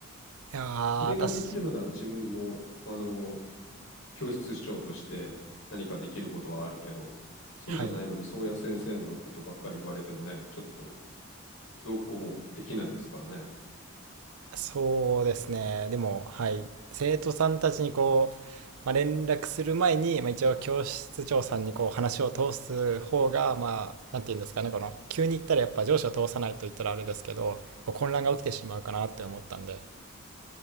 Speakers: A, on the right; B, on the left.
A: いやー、
B: それができるなら自分も、
A: 私、
B: あの、教室長として何かできることはあるけど、そうじゃないのに、
A: はい。
B: 宗谷先生のことばっかり言われてもね、ちょっとどうこうもできないですからね。
A: そうですね。でも、はい。生徒さんたちにこう、まあ、連絡する前に、まあ、一応教室長さんにこう話を通す方が、まあ、なんて言うんですかね、この、急に行ったらやっぱ上司を通さないと言ったらあれですけど、こう混乱が起きてしまうかなって思ったんで、